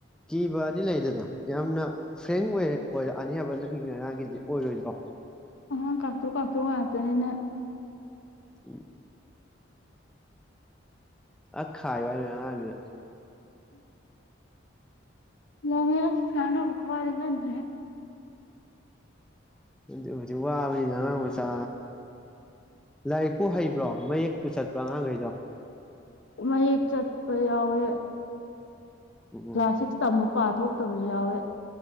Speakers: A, in the centre; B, on the left.
A: ꯀꯤꯕꯗꯤ ꯂꯩꯗꯅ ꯌꯥꯝꯅ ꯐ꯭ꯔꯦꯡ ꯑꯣꯏ ꯑꯣꯏꯔ ꯑꯅꯤ ꯍꯥꯏꯕ ꯅꯪꯒꯤ ꯉꯔꯥꯡꯒꯤꯗꯤ ꯑꯣꯏꯔꯣꯏꯗ꯭ꯔꯣ
B: ꯑ ꯀꯥꯛꯨ ꯀꯥꯛꯀꯨ ꯉꯥꯇꯅꯤꯅ
A: ꯎꯝ ꯑ ꯈꯥꯏꯕ ꯍꯥꯏ ꯅꯣꯏ ꯑꯉꯥꯡꯗꯨꯗ
B: ꯃ ꯁꯅ ꯐꯄꯋꯥꯗꯤꯒ꯭ꯔꯦ
A: ꯑꯗꯨ ꯍꯧꯖꯤꯛ ꯋꯥꯕꯅꯤꯅ ꯑꯉꯥꯡ ꯃꯆꯥ ꯂꯥꯏꯔꯤꯛꯄꯨ ꯍꯩꯕ꯭ꯔꯣ ꯃꯌꯦꯛꯄꯨ ꯆꯠꯄ꯭ꯔꯣ ꯑꯉꯥꯡꯈꯩꯗꯣ
B: ꯃꯌꯦꯛ ꯆꯠꯄ ꯌꯥꯎꯋꯦ
A: ꯎꯝ ꯎꯝ
B: ꯀ꯭ꯂꯥꯁ ꯁꯤꯛꯁ ꯇꯝꯃ ꯄꯥ ꯊꯣꯛꯇꯕꯁꯨ ꯌꯥꯎꯋꯦ